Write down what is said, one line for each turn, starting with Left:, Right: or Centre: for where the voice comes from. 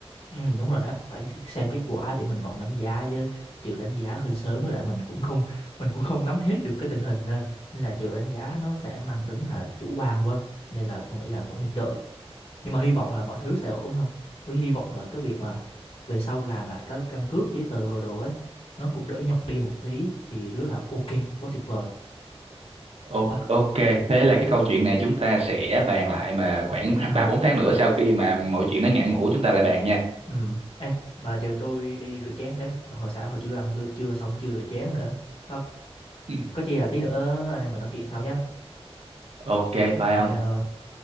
Left: Ừ, đúng rồi đó phải xem kết quả để mình còn đánh giá chứ trừ đánh giá hơi sớm với lại mình cũng không mình cũng không nắm hết được cái tình hình nên nên là trừ đánh giá nó sẽ mang tính là chủ quan quá nên là tôi nghĩ là vẫn nên đợi nhưng mà hy vọng là mọi thứ sẽ ổn thôi tôi hy vọng là cái việc mà về sau làm lại cái căn cước giấy tờ đồ ấy nó cũng đỡ nhọc đi một tí thì rất là ok quá tuyệt vời
Right: O-
Left: Quá.
Right: Ok, thế là cái câu chuyện này chúng ta sẽ bàn lại mà khoảng
Left: ừ
Right: 3 4 tháng nữa sau khi mà mọi chuyện nó ngã ngũ chúng ta lại bàn nha.
Left: ừ ê mà trừ tôi đi rửa chén cái mà hồi sáng hồi chưa ăn cư- chưa xong chưa rửa chén nữa phát
Right: <clears throat>
Left: có chi là tí nữa anh em mình nói chuyện sau nhá
Right: Ok, bye
Left: ok
Right: ông.
Left: ờ.